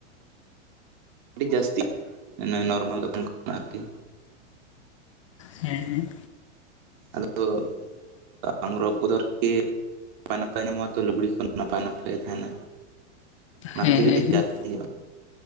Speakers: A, on the right; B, on the left.
A: ᱟᱹᱰᱤ ᱡᱟᱹᱥᱛᱤ ᱱᱚᱨᱢᱟᱞ ᱫᱚᱠᱟᱱ ᱠᱷᱚᱱᱟᱜ ᱟᱨᱠᱤ,
B: ᱦᱮᱸ ᱦᱮᱸ᱾
A: ᱟᱫᱚ ᱟᱫᱚ ᱟᱝᱨᱚᱵ ᱠᱚ ᱫᱚ ᱟᱨᱠᱤ ᱱᱟᱯᱟᱭ ᱱᱟᱯᱟᱭ ᱧᱟᱢᱚᱜ-ᱟ ᱛᱚ ᱞᱩᱜᱽᱲᱤ ᱠᱚ ᱱᱟᱯᱟᱭ ᱱᱟᱯᱟᱭ ᱜᱮ ᱛᱟᱦᱮᱱᱟ᱾ ᱚᱱᱟ
B: ᱦᱮᱸ
A: ᱠᱷᱟᱛᱤᱨ ᱛᱮ
B: ᱦᱮᱸ
A: ᱠᱟᱹᱴᱤᱡ
B: ᱦᱮᱸ
A: ᱡᱟᱹᱥᱛᱤᱭᱟ᱾
B: ᱦᱮᱸ